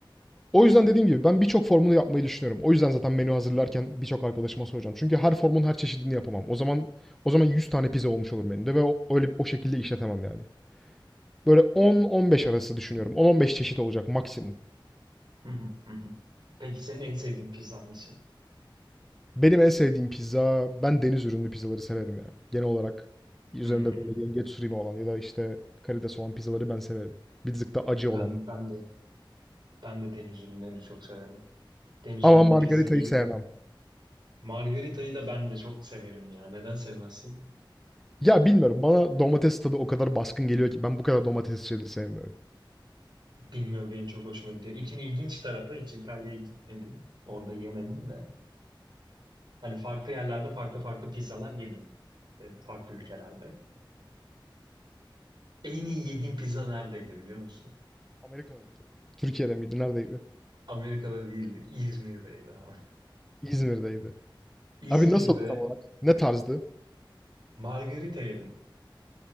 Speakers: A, in the centre; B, on the right (about 60°).
A: O yüzden dediğim gibi ben birçok formunu yapmayı düşünüyorum. O yüzden zaten menü hazırlarken birçok arkadaşıma soracağım. Çünkü her formun her çeşidini yapamam. O zaman o zaman 100 tane pizza olmuş olur menüde ve o, öyle o şekilde işletemem yani. Böyle 10-15 arası düşünüyorum. 10-15 çeşit olacak maksimum.
B: Hı hı, hı hı. Peki senin en sevdiğin pizza hangisi?
A: Benim en sevdiğim pizza, ben deniz ürünlü pizzaları severim ya. Genel olarak üzerinde
B: Hmm.
A: böyle yengeç sürimi olan ya da işte karides olan pizzaları ben severim. Bir tık da acı
B: Ben
A: olan.
B: ben de ben de deniz ürünlerini çok severim. Deniz
A: Ama
B: ürünü
A: margaritayı
B: pizza ye.
A: sevmem.
B: Margarita'yı da ben de çok severim ya. Neden sevmezsin?
A: Ya bilmiyorum bana domates tadı o kadar baskın geliyor ki ben bu kadar domates şeyleri sevmiyorum.
B: Bilmiyorum benim çok hoşuma gidiyor. İçin ilginç tarafı hiç İtalya'ya gitmedim. Orada yemedim de. Hani farklı yerlerde farklı farklı pizzalar yedim. E, Farklı ülkelerde. En iyi yediğim pizza neredeydi biliyor musun?
A: Amerika'da mıydı? Türkiye'de miydi? Neredeydi?
B: Amerika'da değildi. İzmir'deydi abi.
A: İzmir'deydi.
B: <laughs> İzmir'de
A: Abi nasıl tam olarak? Ne tarzdı?
B: margarita yedim.